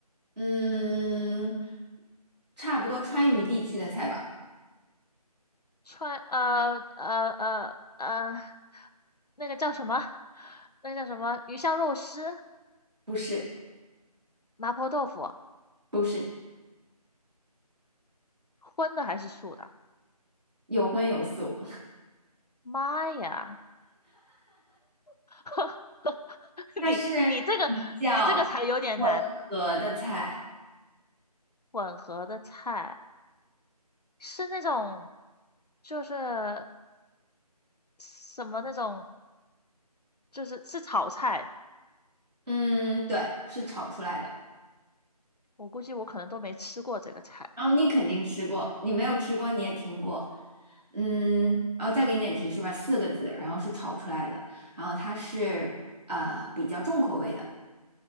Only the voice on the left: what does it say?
<laughs> 川呃呃呃呃，那个叫什么？那个叫什么？鱼香肉丝、
麻婆豆腐，
荤的还是素的？
妈呀，<laughs>
你你这个你这个才有点难，
混合的菜。是那种就是什么那种，就是是炒菜，
我估计我可能都没吃过这个菜，